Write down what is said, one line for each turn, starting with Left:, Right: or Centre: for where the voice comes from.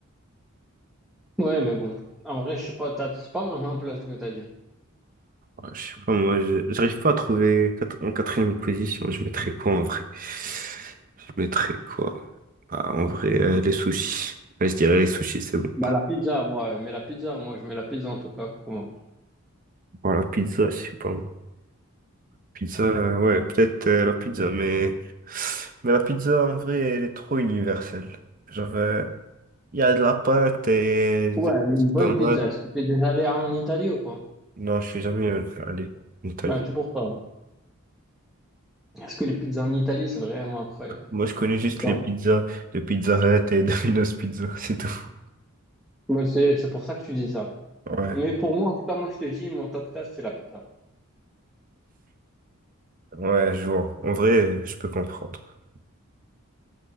Centre: ouais, mais bon. En vrai, je sais pas, t'as- c'est pas vraiment un plat ce que t'as dit.
Right: Ah, Je sais pas, moi, je- j'arrive pas à trouver quat- en quatrième position. Je mettrais quoi en vrai? Je mettrais quoi? Bah, en vrai, euh, les sushis. Ouais, je dirais les sushis, c'est bon.
Centre: Bah, la pizza, moi, ouais, mais la pizza, moi, je mets la pizza en tout cas pour moi.
Right: Bon, la pizza, je sais pas. Pizza, euh, ouais, peut-être euh, la pizza, mais... Mais la pizza, en vrai, elle est trop universelle. Genre, euh, il y a de la pâte et des
Centre: Ouais, mais une bonne
Right: tomates.
Centre: pizza. Est-ce que t'es déjà allé en Italie ou pas?
Right: Non, je suis jamais allé en Italie.
Centre: Bah, c'est pour ça. Parce que les pizzas en Italie, c'est vraiment incroyable.
Right: Moi, je connais juste
Centre: Non.
Right: les pizzas de Pizza Hut et <laughs> Domino's Pizza, c'est tout.
Centre: Mais c'est, c'est pour ça que tu dis ça.
Right: Ouais.
Centre: Mais pour moi, en tout cas, moi, je te dis, mon top 4, c'est la pizza.
Right: Ouais, je vois. En vrai, je peux comprendre.